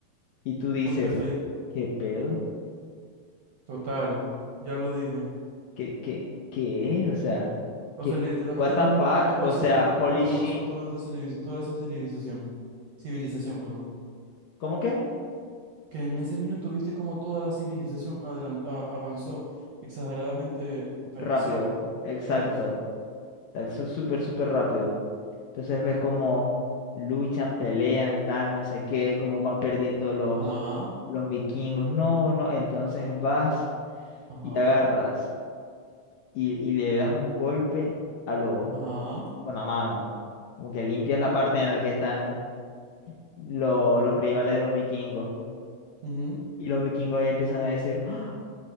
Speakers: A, on the left; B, on the right.
A: Y tú dices,
B: ¿Por qué hasta ahí?
A: ¿qué pedo?
B: Total, ya lo dije.
A: ¿Qué, qué, qué? O sea,
B: O
A: ¿qué?
B: sea, literalmente
A: What
B: en
A: the
B: un
A: fuck?
B: minuto que pasó,
A: O sea,
B: ¿viste
A: holy
B: cómo
A: shit.
B: avanzó toda esa, civiliz- toda esa civilización? Civilización, perdón.
A: ¿Cómo que?
B: que en ese minuto viste como toda la civilización adelan- a- avanzó exageradamente demasiado.
A: Rápido, exacto.
B: Dios.
A: Eso es súper, súper rápido. Entonces ves cómo luchan, pelean, tal, no sé qué, cómo van perdiendo los,
B: Ajá,
A: los vikingos. No, no, entonces vas
B: ajá,
A: y agarras y, y le das un golpe a los
B: ajá.
A: con la mano. Como que limpias la parte en la que están lo- los rivales de los vikingos.
B: ujú.
A: Y los vikingos ahí empiezan a decir, "¡Ah!